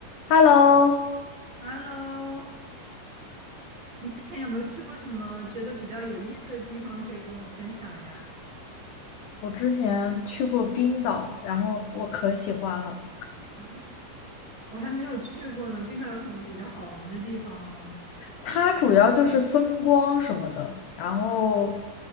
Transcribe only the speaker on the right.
Hello，你之前有没有去过什么觉得比较有意思的地方，可以跟我分享呀？
啊，我还没有去过呢，冰岛有什么比较好玩的地方吗？